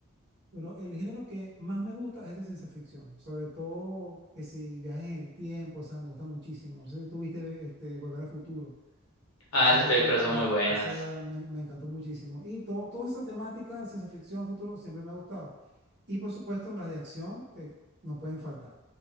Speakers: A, on the right; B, on the left.
A: pero el género que más me gusta es el de ciencia ficción, sobre todo que si viajes en el tiempo, o sea, me gusta muchísimo. No sé si tuviste este, Volver al Futuro.
B: Ah,
A: Esa
B: esas
A: película
B: películas
A: me,
B: son
A: me-
B: muy buenas.
A: esa me, me encantó muchísimo. Y todo, toda esa temática de ciencia ficción, futuro, siempre me ha gustado. Y por supuesto, las de acción que no pueden faltar.